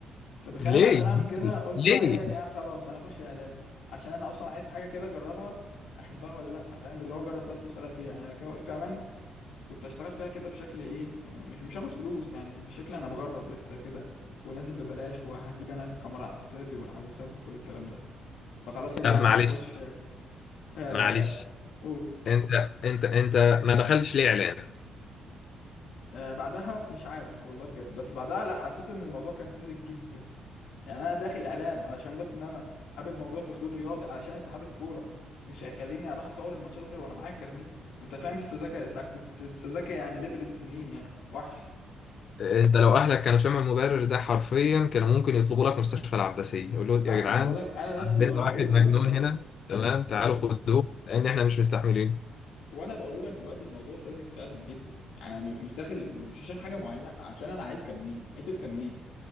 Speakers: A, on the left; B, on the left.
A: فتخيل
B: ليه
A: انا عشان اعمل كده قلت
B: ليه
A: بقى ايه يا جماعه خلاص انا اخش اعلام عشان انا اصلا عايز حاجه كده اجربها احبها ولا لا فاهم اللي هو اجرب بس اشتغل فيها يعني أنا ك- كمان كنت اشتغل فيها كده بشكل ايه مش مش هاخد فلوس يعني بشكل انا بجرب لسه كده ونازل ببلاش وهجيب انا الكاميرا على حسابي والعدسات وكل الكلام ده فخلاص يا جدعان
B: طب معلش
A: هخش آه،
B: معلش
A: اعلام اوه
B: انت انت انت ما دخلتش ليه اعلام
A: آه، بعدها مش عارف والله بجد بس بعدها لا حسيت ان الموضوع كان ساذج جدا يعني انا داخل اعلام علشان بس ان انا حابب موضوع تصوير رياضي علشان اتحاد الكوره مش هيخليني اروح اصور الماتشات غير وانا معايا كارنيه انت فاهم بالسذاكه لا كنت السذاكه يعني ليفل التنين يعني وحش
B: انت لو اهلك كانوا سمعوا المبرر ده حرفيا كانوا ممكن يطلبوا لك مستشفى العباسيه يقولوا
A: لا
B: يا جدعان
A: انا بقول لك انا
B: عندنا
A: نفسي وانا
B: واحد
A: بقوله
B: مجنون
A: دلوقتي اهو
B: هنا تمام تعالوا
A: يا ابني
B: خدوه لان احنا مش مستحملين
A: وانا بقوله لك دلوقتي الموضوع ساذج فعلا جدا يعني انا م- مش داخل مش عشان حاجه معينه لا عشان انا عايز كارنيه حته كارنيه